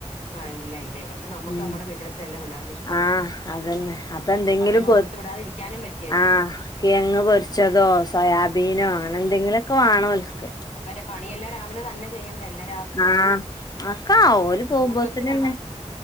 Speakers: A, on the left (about 60°); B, on the left (about 30°).
A: ആഹ് ഇല്ല ഇല്ല ഇവർക്ക് നമ്മക്ക്
B: ഉം
A: അമ്മടെ വീട്ടൽത്തെ എല്ലാ പിള്ളേർക്ക് ഇഷ്
B: ആഹ് അതന്നെ അപ്പൊ എന്തെങ്കിലും
A: പറയുമ്പോ
B: പൊര്
A: കൊടുത്തു വിടാതിരിക്കാനും പറ്റില്ലല്ലോ
B: ആഹ്. കിഴങ്ങ് പൊരിച്ചതോ സോയാബീനോ അങ്ങനെ എന്തെങ്കിലൊക്കെ വാണോൽക്ക്.
A: ഉം അപ്പൊര് പണിയെല്ലാം രാവിലെ തന്നെ ചെയ്യണ്ടെ എല്ലാ
B: ആഹ് അതൊക്കാവും ഓല് പോവുമ്പോത്ത്ന്നെന്നെ.
A: സ്കൂൾ ബസ്സിനാണോ